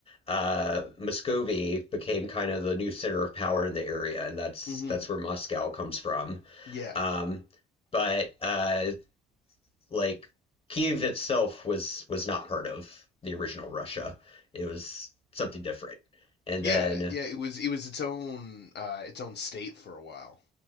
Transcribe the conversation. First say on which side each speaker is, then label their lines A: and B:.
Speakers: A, on the left (about 30°); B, on the left (about 60°).
A: uh, Muscovy became kind of the new center of power in the area, and that's
B: Mm-hmm.
A: that's where Moscow comes from.
B: Yeah.
A: Um, but uh, like Kiev itself was was not part of the original Russia. It was something different. And
B: Yeah,
A: then
B: yeah, it was it was its own uh its own state for a while.